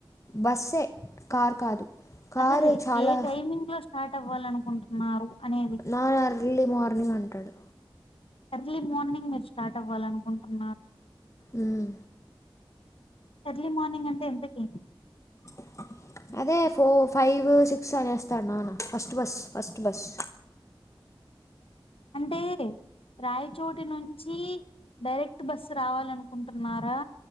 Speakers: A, on the left; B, on the left.
A: బస్సే కార్ కాదు కారు
B: అదేలే
A: చాలా
B: ఏ టైమింగ్ లో స్టార్ట్ అవ్వాలనుకుంటున్నారు అనేది
A: నాన్న ఎర్లీ మార్నింగ్ అంటాడు
B: ఎర్లీ మార్నింగ్ మీరు స్టార్ట్ అవాలనుకుంటున్నారా
A: ఉమ్
B: ఎర్లీ మార్నింగ్ అంటే ఎంతకి
A: <inaudible> అదే ఫో ఫైవ్ సిక్స్ అనేస్తాడు నాన్న ఫస్ట్ బస్ ఫస్ట్ బస్
B: అంటే రాయచోటి నుంచి డైరెక్ట్ బాస్ రావాలన్కుంటున్నారా